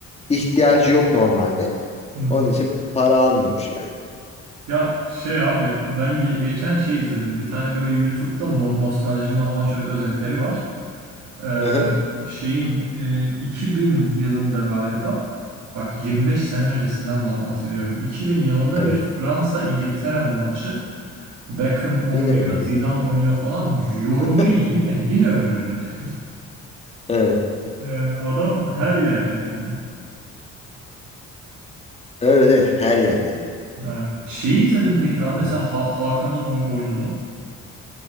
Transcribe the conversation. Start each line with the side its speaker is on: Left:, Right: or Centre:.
Left: İhtiyacı yok normalde.
Right: Hı
Left: Onun için para almıyormuş yani.
Right: Ya şey abi ben ge- geçen şey izledim. Bir tane böyle YouTube'da no- nostalji ma- maç ö- özetleri var. Ee,
Left: Hı-hı.
Right: şeyin e, 2000 yılında galiba bak 25 sene öncesinden bah- bahsediyorum. 2000 yılında
Left: Evet.
Right: bir Fransa İngiltere maçı. Beckham oynuyor,
Left: Yine Ömer
Right: Zidane
Left: Üründür.
Right: oynuyor falan. Yorumcu
Left: <laughs>
Right: yine yine Ömer Ürün diyor. <laughs>
Left: Evet.
Right: Yani adam her yerde yani.
Left: Öyle değil. Her yerde yani.
Right: Ha, Şeyi izledin peki abi
Left: Hı-hı.
Right: mesela Ha- Hakan'ın oy- oyununu.